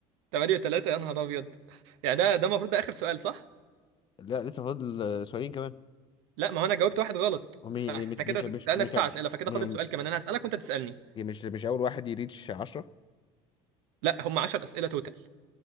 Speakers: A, on the right (about 80°); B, on the left (about 35°).
A: 8 و3 يا نهار ابيض يعني ده ده المفروض ده اخر سؤال صح؟
B: لا لسه فاضل آه، سؤالين كمان
A: لا ما هو انا جاوبت واحد غلط
B: هم إيه-
A: فاحنا
B: إيه، مش مش
A: كده
B: مش
A: سألنا
B: مش
A: تسع أسئلة فكده
B: م-
A: فاضل سؤال كمان انا هسألك وانت تسألني
B: مش مش اول واحد يريتش 10
A: لا هم 10 أسئلة توتال